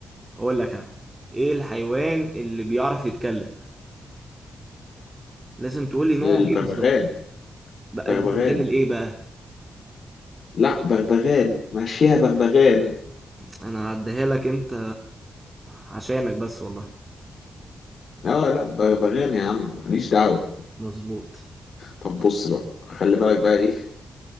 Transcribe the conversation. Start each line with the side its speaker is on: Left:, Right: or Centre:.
Right: اقول لك انا ايه الحيوان اللي بيعرف يتكلم لازم تقولي نوعه
Left: البغبغان
Right: ايه بالظبط بقى
Left: بغبغان
Right: بتتغني لايه بقى
Left: لا بغبغان ماشي يا بغبغان
Right: انا هعديها لك انت عشانك بس والله
Left: اه لا ب- بغني يا عم ماليش دعوة
Right: مظبوط
Left: طب بص بقى خلي بالك بقى ايه